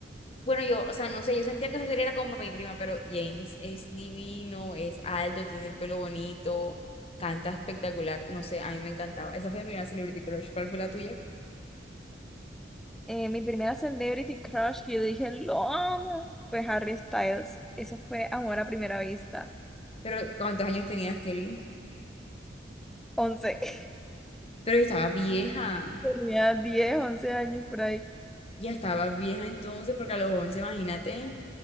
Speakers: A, on the left; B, in the centre.
A: Bueno, yo, o sea, no sé, yo sentía que esa serie era como para mi prima, pero James es divino, es alto, tiene el pelo bonito, canta espectacular. No sé, a mí me encantaba. Esa fue mi primera Celebrity Crush. ¿Cuál fue la tuya?
B: Eh, mi primera celebrity crush que yo dije, lo amo, fue Harry Styles. Eso fue amor a primera vista.
A: Pero, ¿cuántos años tenías, Kelly?
B: Once. <laughs>
A: Pero yo estaba vieja,
B: Tenía 10 11 años por ahí.
A: ya estaba vieja entonces, porque a los 11 imagínate.